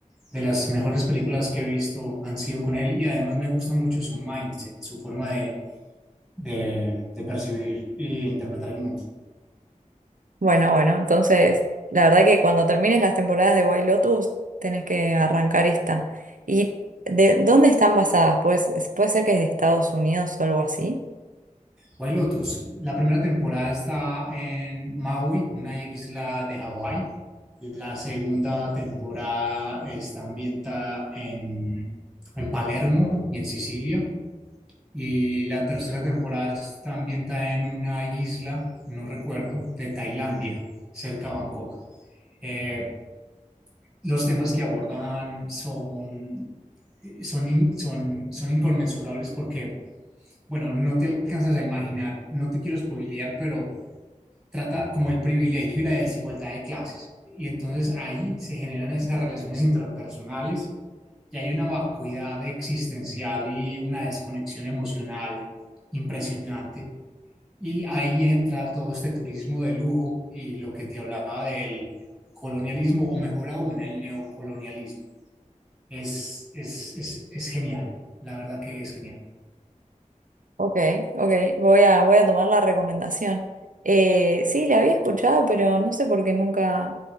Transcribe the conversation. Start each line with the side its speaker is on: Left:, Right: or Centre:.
Centre: de las mejores películas que he visto han sido con él y además me gusta mucho su mindset, su forma de, de, de percibir e interpretar el mundo.
Right: Bueno, bueno, entonces la verdad que cuando termines las temporadas de White Lotus tenés que arrancar esta. ¿Y de dónde están basadas? Pues, es- puede ser que es de Estados Unidos o algo así.
Centre: White Lotus, la primera temporada está en Maui, una isla de Hawái. La segunda temporada está ambientada en, en Palermo y en Sicilia. Y la tercera temporada está ambientada en una isla, no recuerdo, de Tailandia, cerca de Bangkok. Eh, los temas que abordan son, son, in- son, son inconmensurables porque, bueno, no te alcanzas a imaginar, no te quiero spoilear, pero trata como el privilegio y la desigualdad de clases. Y entonces ahí se generan esas relaciones interpersonales y hay una vacuidad existencial y una desconexión emocional impresionante. Y ahí entra todo este turismo de lujo y lo que te hablaba del colonialismo, o mejor aún, el neocolonialismo. Es, es, es, es genial, la verdad que es genial.
Right: Ok, ok, voy a, voy a tomar la recomendación. Eh, sí, la había escuchado, pero no sé por qué nunca,